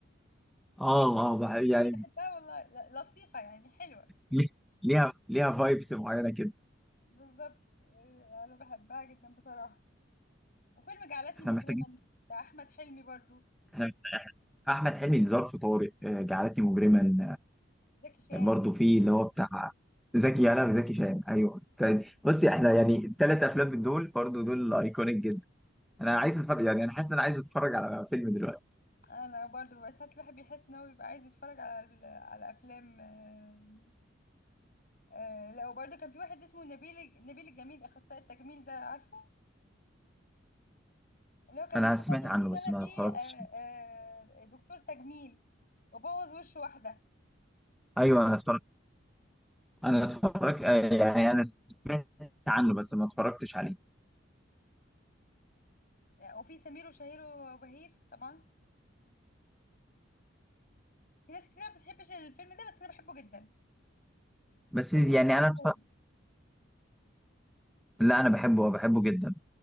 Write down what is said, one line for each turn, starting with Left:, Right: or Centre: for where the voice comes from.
Centre: اه
Left: الدنيا
Centre: اه بح-
Left: دودي وكده
Centre: يعني
Left: بحبها والله ل- لطيفه يعني حلوه
Centre: ليه- ليها ليها فايبس معينه كده
Left: بالظبط آه، انا بحبها جدا بصراحه وفيلم جعلتني
Centre: احنا
Left: مجرما
Centre: محتاجين
Left: بتاع احمد حلمي برضو
Centre: احنا احمد حلمي ظرف طارق آه، جعلتني مجرما
Left: زكي شان
Centre: برضه في اللي هو بتاع زكي يانا وزكي شان ايوه كان بصي احنا يعني الثلاث افلام من دول برضه دول ايكونيك جدا انا عايز اتفرج يعني انا حاسس ان انا عايز اتفرج على فيلم دلوقتي
Left: انا برضو بس ساعات الواحد بيحس ان هو بيبقى عايز يتفرج على ال- على افلام آه، آه، لا وبرضو كان في واحد اسمه نبيل نبيل الجميل اخصائي التجميل ده عارفه اللي هو كان
Centre: انا
Left: محمد
Centre: سمعت
Left: هنيدي
Centre: عنه
Left: طالع
Centre: بس ما
Left: فيه
Centre: اتفرجتش
Left: آه، آه، دكتور تجميل وبوظ وش واحده
Centre: ايوه انا اتفرجت انا اتفرجت آه، يعني انا سمعت عنه بس ما اتفرجتش عليه
Left: وفي سمير وشهير وبهير طبعا في ناس كتير ما بتحبش الفيلم ده بس انا بحبه جدا
Centre: بس
Left: سمير
Centre: يعني
Left: وشهير
Centre: انا اتف...
Left: وبهير
Centre: لا انا بحبه بحبه جدا